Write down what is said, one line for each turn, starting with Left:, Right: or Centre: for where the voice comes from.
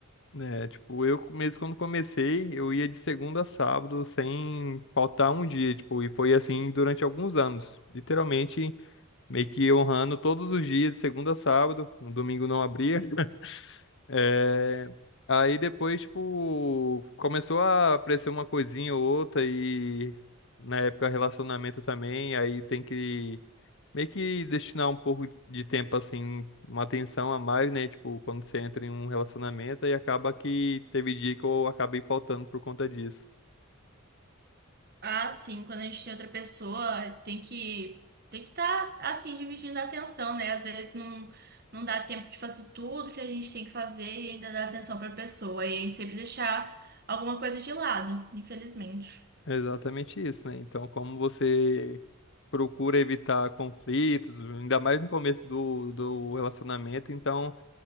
Left: É, tipo, eu mesmo quando comecei, eu ia de segunda a sábado sem faltar um dia, tipo, e foi assim durante alguns anos. Literalmente, meio que honrando todos os dias, de segunda a sábado, no domingo não abria. É, Aí depois, tipo, começou a aparecer uma coisinha ou outra e na época relacionamento também, aí tem que meio que destinar um pouco de tempo, assim, uma atenção a mais, né? Tipo, quando você entra em um relacionamento e acaba que teve dia que eu acabei faltando por conta disso.
Right: Ah, sim, quando a gente tem outra pessoa, tem que tem que estar assim dividindo a atenção, né? Às vezes não não dá tempo de fazer tudo que a gente tem que fazer e ainda dar atenção para a pessoa, e a gente sempre deixar alguma coisa de lado, infelizmente.
Left: É exatamente isso, né? Então, como você procura evitar conflitos, ainda mais no começo do, do relacionamento, então.